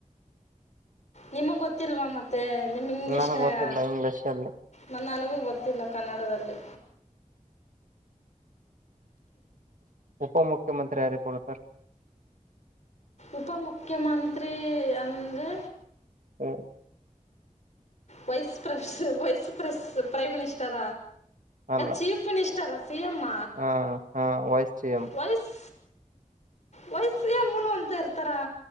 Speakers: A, on the left (about 60°); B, on the right (about 75°).
A: ನಿಮಗ ಗೊತ್ತಿಲ್ವಾ ಮತ್ತೆ ನಿಮ್ ಇಂಗ್ಲಿಷ್ನಾಗ
B: ನನಗ್ ಗೊತ್ತಿಲ್ಲ ಇಂಗ್ಲಿಷ್ ಅಲ್ಲಿ
A: ಮ ನನಗೂ ಗೊತ್ತಿಲ್ಲ ಕನ್ನಡದಲ್ಲಿ
B: ಉಪ ಮುುಖ್ಯಮಂತ್ರಿ ಯಾರಿಗೆ ಕೊಡತರ್
A: ಉಪ ಮುಖ್ಯಮಂತ್ರಿ ಅಂದ್ರೆ
B: ಹ್ಮ.
A: ವೈಸ್ ಪ್ರಸ್ ವೈಸ್ ಪ್ರೆ ಪ್ರೈಮ್ ಮಿನಿಸ್ಟರ
B: ಅಲ್ಲ
A: ಚೀಫ್ ಮಿನಿಸ್ಟರ್ ಸಿಎಮ್ಮ
B: ಹ ಹ vice C M
A: vice vice ಸಿಯಮ್ಮನು ಅಂತ ಇರ್ತಾರಾ.